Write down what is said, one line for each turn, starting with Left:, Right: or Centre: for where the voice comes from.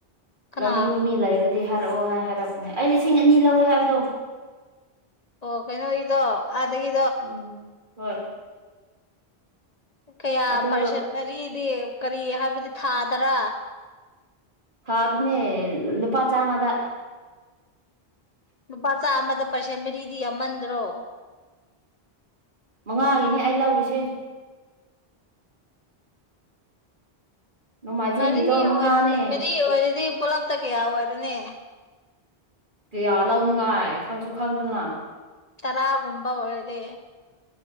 Left: ꯀꯅꯥ
Right: ꯂꯧꯅꯤꯡꯕ ꯃꯤ ꯂꯩꯔꯗꯤ ꯍꯥꯏꯔꯛꯑꯣ ꯍꯥꯏ ꯍꯥꯏꯔꯛꯄꯅꯦ ꯑꯩ ꯂꯤꯁꯤꯡ ꯑꯅꯤ ꯂꯧꯋꯦ ꯍꯥꯏꯕꯗꯣ
Left: ꯑꯣ ꯀꯩꯅꯣ ꯒꯤꯗꯣ ꯑꯥꯗꯒꯤ
Right: ꯎꯝ ꯍꯣꯏ
Left: ꯀꯌꯥ
Right: ꯑꯗꯨ
Left: ꯄꯔꯁꯦꯟ ꯃꯔꯤꯗꯤ ꯀꯔꯤ ꯍꯥꯏꯕꯗꯤ ꯊꯥ ꯗꯔꯥ
Right: ꯊꯥꯗꯅꯦ ꯂꯨꯄꯥ ꯆꯥꯝꯃꯗ
Left: ꯂꯨꯄꯥ ꯆꯥꯜꯃꯗ ꯄꯔꯁꯦꯟ ꯃꯔꯤꯗꯤ ꯌꯥꯝꯃꯟꯗ꯭ꯔꯣ
Right: ꯃꯉꯥꯒꯤꯅꯤ ꯑꯩ ꯂꯧꯔꯤꯁꯦ ꯅꯣꯡꯃꯥꯏꯖꯤꯡꯒꯤꯗꯣ
Left: ꯃꯔꯤ ꯑꯣꯏꯕꯗꯤ
Right: ꯃꯉꯥꯅꯦ
Left: ꯃꯔꯤ ꯑꯣꯏꯔꯗꯤ ꯄꯨꯂꯞꯇ ꯀꯌꯥ ꯑꯣꯏꯔꯅꯤ
Right: ꯀꯌꯥ ꯂꯧꯅꯤꯡꯉꯥꯏ ꯈꯪꯁꯨ ꯈꯪꯗꯅ
Left: ꯇꯔꯥꯒꯨꯝꯕ ꯑꯣꯢꯔꯗꯤ